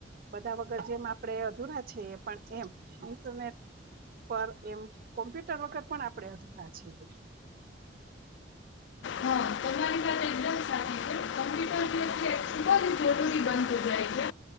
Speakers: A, on the right; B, on the left.
A: બધા વગર જેમ આપડે અધુરા છે પણ એમ ઇન્ટરનેટ પર એમ કોમ્પ્યુટર વગર પણ આપણે અધુરા છીએ.
B: હા તમારી વાત એકદમ સાચી છે કમ્પ્યુટર જે છે ખૂબ
A: <inaudible>
B: જ જરૂરી <inaudible> છે